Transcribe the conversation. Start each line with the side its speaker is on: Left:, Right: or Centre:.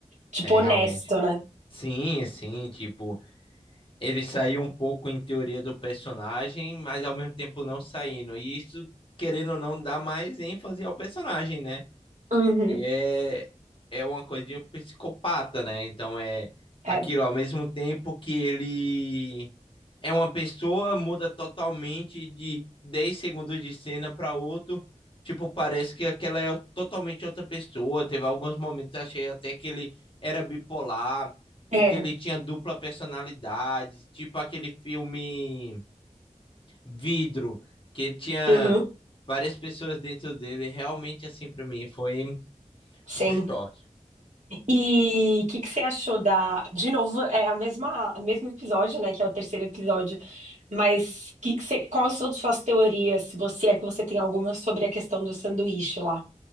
Right: Tipo,
Left: É,
Right: honesto,
Left: realmente.
Right: né?
Left: Sim, sim, tipo. Ele saiu um pouco em teoria do personagem, mas ao mesmo tempo não saindo. E isso, querendo ou não, dá mais ênfase ao personagem, né?
Right: Uhum.
Left: Porque é, é uma coisa de um psicopata, né? Então é aquilo,
Right: É,
Left: ao mesmo tempo que ele é uma pessoa, muda totalmente de 10 segundos de cena para outro. Tipo, parece que aquela é totalmente outra pessoa. Teve alguns momentos, achei até que ele era bipolar, ou
Right: é.
Left: que ele tinha dupla personalidade, tipo aquele filme Vidro, que ele tinha
Right: Uhum.
Left: várias pessoas dentro dele. Realmente, assim, para mim, foi um
Right: Sim.
Left: choque.
Right: E o que, que você achou da. De novo, é a mesma, o mesmo episódio, né? Que é o terceiro episódio. Mas que que você... quais são suas teorias? Se você é que você tem alguma sobre a questão do sanduíche lá.